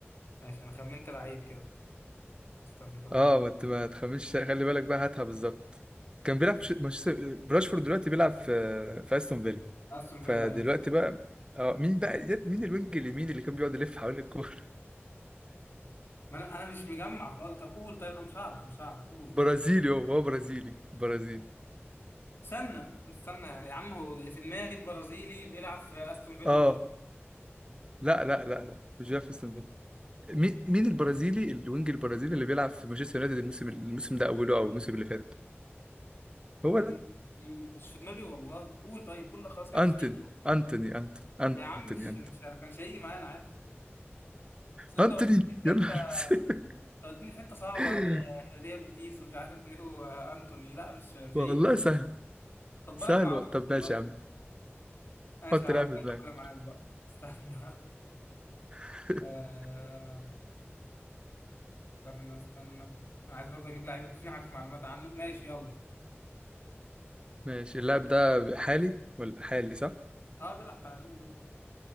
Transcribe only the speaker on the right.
اه
ما ت- ما تخمنش خلي بالك بقى هاتها بالظبط كان بيلعب في ش- مانشستر راشفورد دلوقتي بيلعب في في استون فيلا
فدلوقتي
بقى اه مين بقى مين الوينج اليمين اللي كان بيقعد يلف حوالين الكورة
<laughs>
برازيلي هو هو برازيلي برازيلي
اه
لا لا لا لا مش جيفرسون بيل مين مين البرازيلي الوينج البرازيلي اللي بيلعب في مانشستر يونايتد الموسم الموسم ده اوله او الموسم اللي فات هو
ده
انتوني
انتوني انتوني انتوني
انتوني
انتوني
يا نهار أسود.
<laughs>
والله
سهل
سهل
و- طب
ماشي يا عم
حط
لاعب في دماغك
<laughs>
ماشي اللاعب ده حالي ولا حالي صح